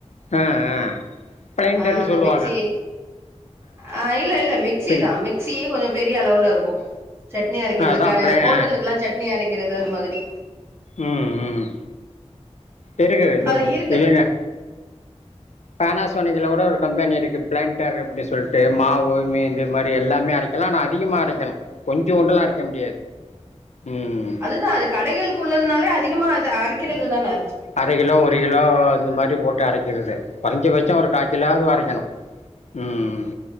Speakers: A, on the left (about 75°); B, on the right (about 20°).
A: ஆ ஆ பிளைன்டர்ன்னு
B: ஆ அந்த
A: சொல்லுவாங்க
B: மிக்ஸியை ஆ இல்ல இல்ல மிக்ஸிதா
A: பெரி
B: மிக் ஸியே கொஞ்ச பெரிய அளவுல இருக்கு சட்னி அரைக்கிறதுக்கா
A: ஆ அதான் பிளை
B: ஹோட்டலுக்கல்லா
A: ஆ
B: சட் னி அரைக்கிறது அது மாதிரி
A: ம் ம் இருக்குது இது
B: அது இருக்கு
A: இல்லினா பேனாசோனிக்கல கூட ஒரு கம்பெனி இருக்கு ப்ளண்டர் அப்டின் சொல்ட்டு மாவு மீ இது மாரி எல்லாமே அரை இதல்லா நா அதிகமா அரைக்கணு கொஞ்சோண்டுலா அரைக்க முடியாது ம்
B: அதுதா அது கடைகளுக்கு உள்ளதுனாலே அதிகமா அது அரைக்கிறது தானே
A: அரை கிலோ ஒரு கிலோ இந்த மாரி போட்டு அரைக்கிறது கொறஞ்ச பட்ச ஒரு கால் கிலோவாது அரைக்கனு ம்